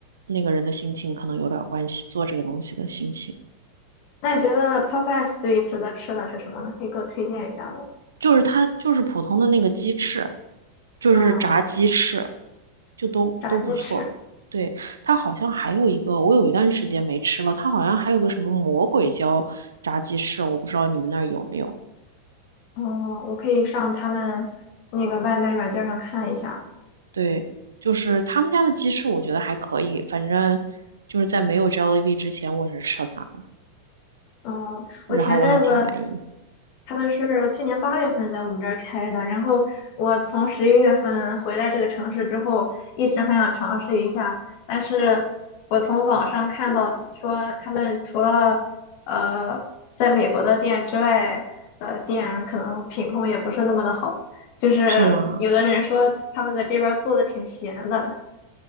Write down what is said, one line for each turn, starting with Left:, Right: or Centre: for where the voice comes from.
Right: 那个人的心情可能有点关系，做这个东西的心情。
Left: 那你觉得 Popeyes 最值得吃的是什么呢？可以给我推荐一下吗？
Right: 就是它就是普通的那个鸡翅，就是炸鸡翅，
Left: 嗯，
Right: 就都都不错。
Left: 炸鸡翅。
Right: 对，它好像还有一个，我有一段时间没吃了，它好像还有个什么魔鬼椒炸鸡翅，我不知道你们那儿有没有。
Left: 嗯，我可以上他们那个外卖软件上看一下。
Right: 对，就是他们家的鸡翅，我觉得还可以，反正就是在没有 j o l l i b 之前，我是吃了它的，
Left: 嗯，
Right: 然后我还挺满意。
Left: 我前阵子他们是去年八月份在我们这儿开的，然后我从十一月份回来这个城市之后，一直很想尝试一下，但是我从网上看到说他们除了呃在美国的店之外的店，可能品控也不是那么的好，就是有的人说他们在这边儿做的挺闲的。
Right: 是吗？